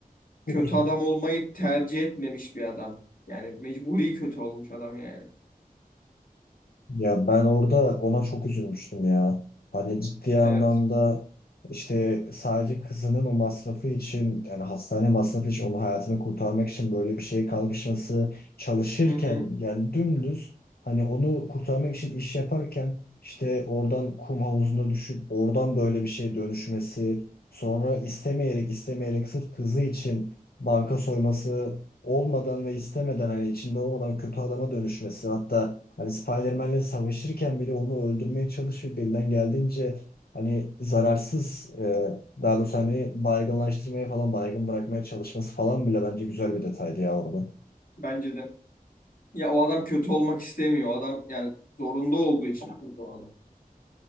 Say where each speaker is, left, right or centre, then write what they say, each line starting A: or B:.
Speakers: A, on the left (about 80°); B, on the left (about 65°).
A: Çok
B: kötü adam olmayı tercih etmemiş bir adam. Yani mecburi kötü olmuş adam yani.
A: Ya ben orada ona çok üzülmüştüm ya. Hani ciddi anlamda
B: Evet.
A: işte sadece kızının o masrafı için yani hastane masrafı için onun hayatını kurtarmak için böyle bir şey kalkışması çalışırken
B: Hı hı.
A: yani dümdüz hani onu kurtarmak için iş yaparken işte oradan kum havuzuna düşüp oradan böyle bir şey dönüşmesi sonra istemeyerek istemeyerek sırf kızı için banka soyması olmadan ve istemeden hani içinde olmadan kötü adama dönüşmesi hatta Hani Spider-Man'le savaşırken bile onu öldürmeye çalışıyor. Elinden geldiğince hani zararsız e, daha doğrusu hani baygınlaştırmaya falan baygın bırakmaya çalışması falan bile bence güzel bir detaydı ya oradan.
B: Bence de. Ya o adam kötü olmak istemiyor. O adam yani zorunda olduğu için kötü o adam.